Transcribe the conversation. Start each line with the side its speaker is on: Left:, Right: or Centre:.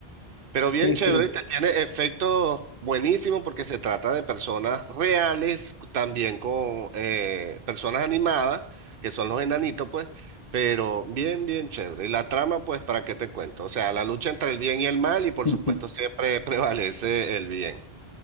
Right: Pero
Left: Sí,
Right: bien chévere
Left: sí.
Right: y te tiene efectos buenísimos porque se trata de personas reales, cu- también con eh, personas animadas, que son los enanitos, pues, pero bien, bien chévere. Y la trama, pues, ¿para qué te cuento? O sea, la lucha entre el bien y el mal y por
Left: <laughs>
Right: supuesto siempre <laughs> prevalece el bien.